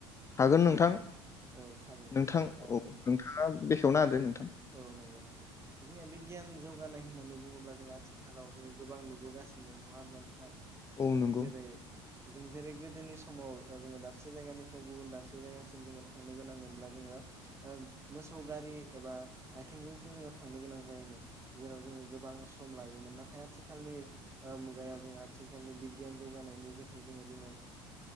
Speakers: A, on the left; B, on the right.
A: हागोन नोंथां
B: औ थारैनो
A: नोंथां
B: ओ
A: औ नोंथाङा बेखेवना होदो नोंथां
B: औ नंगौ नंगौ जोंनिया बिगियान जौगानाय होननानै बुङोब्ला जोंङ आथिखालाव जोङो गोबां नुबोगासिनो नङा होनोमब्ला नोंथाङां
A: औ
B: जोङो
A: नंगौ
B: जेरै जों जेरै गोदोनि समाव जोङो दाबसे जायगानिफ्राय गुबुन दाबसे जायगासिम जोङो थांनो गोनां मोनब्ला जोङो मोसौ गारि एबा आथिंजोंसो जोङो थांनो गोनां जायोमोन जेराव जोङो गोबां सम लायोमोन नाथाय आथिखालनि मुगायाव जोङो आथिखालनि बिगियान जौगानायनि जोहै जोङो दिनै